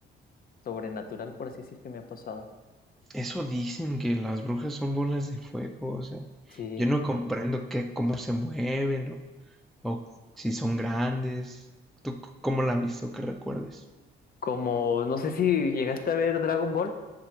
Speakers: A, on the left (about 50°); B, in the centre.
A: sobrenatural, por así decir, que me ha pasado.
B: Eso dicen que las brujas son bolas de fuego, o sea,
A: Sí.
B: yo no comprendo qué, cómo se mueven o, o si son grandes. ¿Tú c- cómo la has visto que recuerdes?
A: Como, no sé si llegaste a ver Dragon Ball.